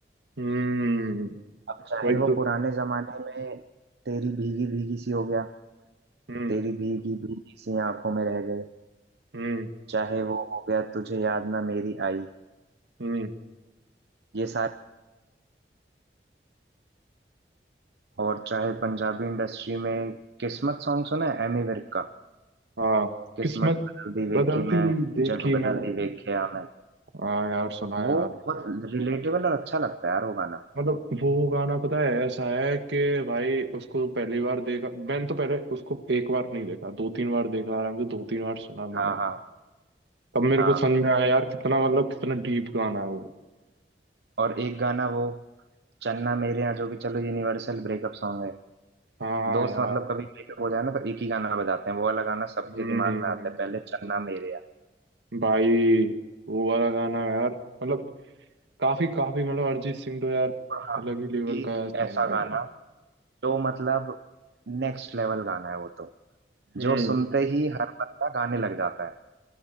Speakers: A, on the right (about 85°); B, on the right (about 70°).
A: हम्म,
B: अब चाहे
A: वही
B: वो
A: तो
B: पुराने जमाने में तेरी भीगी भीगी सी हो गया
A: हम्म
B: तेरी भीगी भीगी सी आंखों में रह गए
A: हम्म
B: चाहे वो हो गया तुझे याद ना मेरी आई
A: हम्म
B: ये सारे और चाहे पंजाबी इंडस्ट्री में किस्मत सॉन्ग सुना है एमी विर्क का
A: हाँ
B: किस्मत
A: किस्मत
B: बदल दी
A: बदलती
B: वेखी मैं
A: देखी
B: जग बदल
A: मैं
B: दी वेख्या मैं
A: हाँ यार सुना
B: वो
A: यार
B: बहुत रिलेटेबल और अच्छा लगता है यार वो गाना
A: मतलब वो गाना पता है ऐसा है कि भाई उसको पहली बार देखा मैंने तो पहले उसको एक बार नहीं देखा दो तीन बार देखा आराम से दो तीन बार सुना मैंने
B: हाँ हाँ
A: तब मेरे
B: हाँ
A: को समझ में आया यार कितना मतलब कितना डीप गाना है वो
B: और एक गाना वो चन्ना मेरे यहाँ जो कि चलो यूनिवर्सल ब्रेकअप सॉन्ग है
A: हाँ
B: दोस्त
A: यार
B: मतलब कभी ब्रेकअप हो जाए ना तो एक ही गाना बजाते हैं वो वाला गाना सबके
A: हम्म
B: दिमाग में आता है पहले चन्ना मेरे यार
A: भाई वो वाला गाना यार मतलब काफी काफी मतलब अरिजीत सिंह तो यार
B: और हाँ
A: अलग ही लेवल
B: एक
A: का सिंगर
B: ऐसा
A: है
B: गाना
A: यार
B: जो मतलब नेक्स्ट लेवल गाना है वो तो
A: हम्म
B: जो सुनते ही हर बंदा गाने लग जाता है